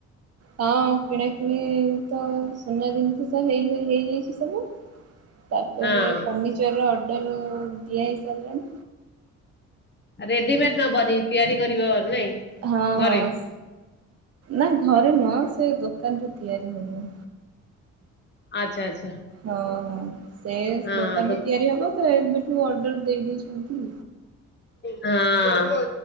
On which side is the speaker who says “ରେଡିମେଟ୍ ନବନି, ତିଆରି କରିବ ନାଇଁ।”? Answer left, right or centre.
Left